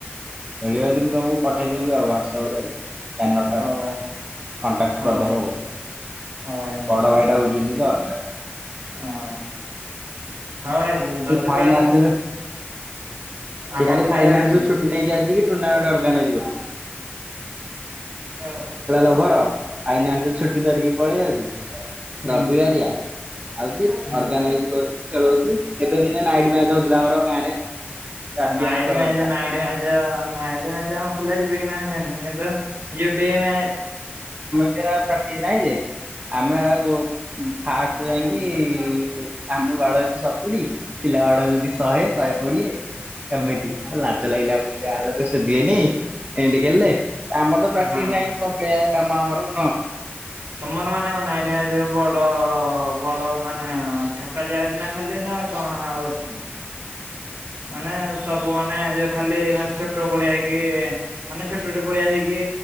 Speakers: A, on the right (about 35°); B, on the right (about 80°).
A: ଖେଳିବ ଯଦି ମୁଁ ତମକୁ ପଠେଇଦେବି ଆଉ ହ୍ୱାଟସଆପ ରେ ନଟା
B: ହଉ
A: ଆଉ
B: ଭାଇ
A: କଣ୍ଟାକ୍ଟ
B: ହଉ
A: କରିଦବ
B: ଭାଇ
A: ଆଉ
B: ହଉ ଭାଇ
A: ବଡ ଭାଇଟା ହଉଛି ଯେ। <inaudible>
B: <unintelligible>
A: ଫାଇନାନ୍ସ ରେ
B: ଆମ
A: ସେ ଖାଲି
B: ପିଲା
A: ଫାଇନ୍ସ
B: ଇଆଡେ ଯିବେ
A: ରୁ ଛୁଟି ନେଇକି ଆସିକି ଟୁନା ଗୋଟେ ଆଗ୍ରନଇଜ କରିଛି।
B: ଅ
A: <unintelligible> ଆଇନା ରୁ ଛୁଟି ଧରିକି ପଳେଇ ଆଉଛି
B: ହୁଁ
A: ରବିବାରିଆ? ଆଉଚି
B: ହୁଁ
A: ଅର୍ଗାନାଇଜ କରୁଛି। ଖେଳଉଛି ଏବେ ଦିନେ ନାଇ ଯ ହଉଥିଲା ଆମର ଗାଁରେ ରାତି
B: ନାଇଟ
A: ଯାକ ଖେଳ
B: Match
A: ହଉଥିଲା।
B: night match night match ଆମ ପିଲା ଯିବେ କି ନାଇ ମୁ ଜାଣିନି କିନ୍ତୁ ଯୋଉ ଡିମ
A: ଏଟା ଆଉ ପ୍ରାକ୍ଟିସ ନାଇଁ ଯେ ଆମେ ଆକୁ ଫାଷ୍ଟରୁ ଯାଇକି ଇ ଆମେ ବାଡଉଛୁ ସତୁରୀ ପିଲା ବାଡୋଉଛନ୍ତି ଶହେ ଶହେ କୋଡିଏ ଏମିତି ଲାଜ ଲାଗିଲା ଆମକୁ ଗାଁଲୋକ ସେ ହୁଏନି ଏମିତି ଖେଳିଲେ ଆମର ତ ପାଟିନ
B: ହଁ
A: ନାଇଁ କମ୍ପେ ଆମ ଆମର ନଅ
B: ତମର ମାନେ କଣ ନାଇଟିମ୍ୟାଚରେ ବଡ ବଡ ମାନେ ଛକା ଚାରୀ ନା ଖାଲି ନା କଣ ଆଉ ଅଛି। ମାନେ ସବୁ ମାନେ ଯଉ ଖାଲି ମାନେ ଛୋଟ ପଳିଆ ହେଇକି ମାନେ ସବୁ ମାନେ ଯୋଉ ଖାଲି ଛୋଟ ପଡିଆ ହେଇକି